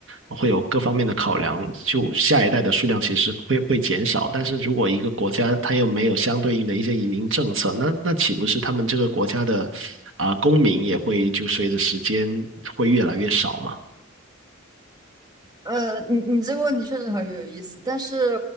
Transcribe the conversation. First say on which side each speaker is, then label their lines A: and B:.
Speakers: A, on the right; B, on the right.
A: 会有各方面的考量，就下一代的数量其实会会减少。但是如果一个国家它又没有相对应的一些移民政策，那那岂不是他们这个国家的啊、公民也会就随着时间会越来越少嘛？
B: 呃，你你这个问题确实很有意思，但是